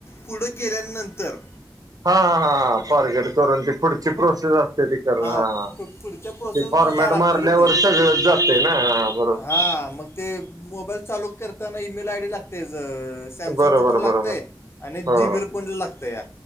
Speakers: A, on the left; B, on the right.
A: पुढं गेल्यानंतर
B: हा हा हा फॉरगेट करून ते पुढची प्रोसेस असते करण हा
A: पु-
B: ते
A: पु- पुढच्या प्रोसेसमध्ये
B: फॉरमॅट
A: द्यावं लागते
B: मारल्यावर
A: रे ते
B: सगळच जातंय ना हा बरोबर
A: हा मग ते मोबाईल चालू करताना ई मेल आय डी लागते ज सॅमसंगचं
B: बरोबर
A: पण लागतय
B: बरोबर
A: आणि
B: हो
A: जि
B: हो
A: मेल पण लागतया